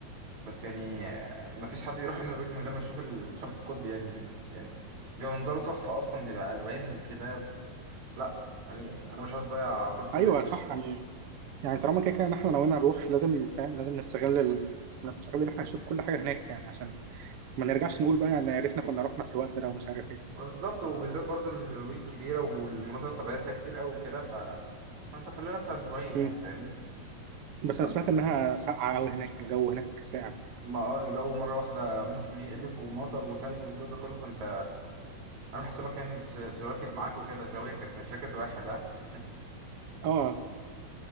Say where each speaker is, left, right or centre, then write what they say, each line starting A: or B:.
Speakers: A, on the right; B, on the right.
A: بس يعني آه، مفيش حد يروح النرويج من غير ما يشوف الشفق القطبي يعني يعني بيبقى منظره تحفة أصلا بيبقى ألوان وكده لأ يعني أنا مش عايز أضيع فرصة
B: ايوه
A: زي دي
B: صح يعني يعني طالما كده كده ان احنا ناويين نروح لازم فاهم لازم نستغل ال... نستغل ان احنا نشوف كل حاجه هناك يعني عشان ما نرجعش نقول بقى يعني يا ريتنا كنا رحنا في الوقت ده ومش عارف ايه
A: ما بالظبط وبالذات برضو إن النرويج كبيرة والمناظر الطبيعية فيها كتير قوي وكده ف هنسافر لنا بتاع أسبوعين
B: مم.
A: يعني فاهمني
B: بس
A: بس
B: انا سمعت انها ساقعه قوي هناك الجو هناك ساقع
A: ما اه الجو مرة واحدة ممكن يقلب ومطر وتلج والجو ده كله فأنت عامل حسابك يعني في ج- جواكت معاك وكده جواكت مش جاكيت واحد ها <laughs>
B: اه